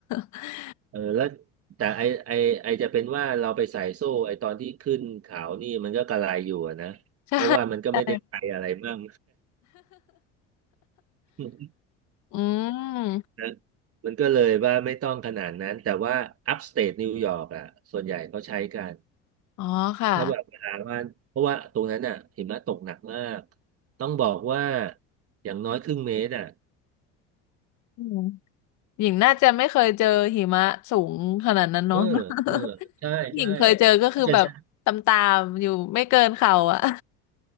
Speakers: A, on the left (about 60°); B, on the right (about 45°).
A: <laughs>
B: เออแล้วแต่ไอไอไอจะเป็นว่าเราไปใส่โซ่ไอตอนที่ขึ้นเขานี่มันก็กระไรอยู่อะนะเพราะว่ามันก็ไม่ได้ไกลอะไรมาก
A: ใช่ใช่
B: <laughs>
A: <laughs> อืม
B: นะมันก็เลยว่าไม่ต้องขนาดนั้นแต่ว่าอัพสเต e นิวยอร์กอ่ะส่วนใหญ่เขาใช้กัน
A: อ๋อค่ะ
B: ถ้าแบบเวลาว่าเพราะว่าตรงนั้นอ่ะหิมะตกหนักมากต้องบอกว่าอย่างน้อยครึ่งเมตรอ่ะ
A: อืม หญิงน่าจะไม่เคยเจอหิมะสูงขนาดนั้นเนาะ
B: เออเออใช่ใช่
A: <laughs> หญิงเคยเจอก็คือแบบตามตามอยู่ไม่เกินเข่าอ่ะ
B: เพราะฉะ
A: <laughs>